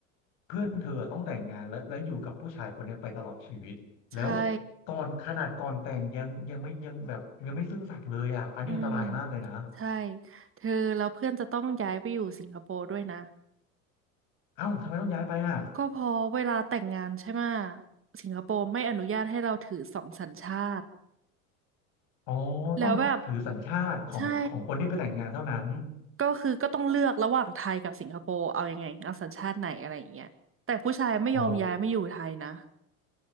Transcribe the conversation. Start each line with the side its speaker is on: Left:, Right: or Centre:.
Left: เพื่อนเธอต้องแต่งงานและและอยู่กับผู้ชายคนเนี้ยไปตลอดชีวิตแล้ว
Right: ใช่
Left: ตอนขนาดก่อนแต่งยังยังไม่ยังแบบยังไม่ซื่อสัตย์เลยอ่ะอันนี้อันตรายมากเลยนะ
Right: อืมใช่ เธอแล้วเพื่อนจะต้องย้ายไปอยู่สิงคโปร์ด้วยนะ
Left: เอ้าทำไมต้องย้ายไปอ่ะ
Right: ก็เพอเวลาแต่งงานใช่ไหมะสิงคโปร์ไม่อนุญาตให้เราถือสองสัญชาติ
Left: อ๋อ
Right: แล้วแบบ
Left: ต้องถือสัญชาติของของคนที่ไปแต่งงานเท่านั้น
Right: ใช่ ก็คือก็ต้องเลือกระหว่างไทยกับสิงคโปร์เอายังไงเอาสัญชาติไหนอะไรอย่างเงี้ยแต่ผู้ชายไม่ยอมย้ายไม่อยู่ไทยนะ
Left: อ๋อ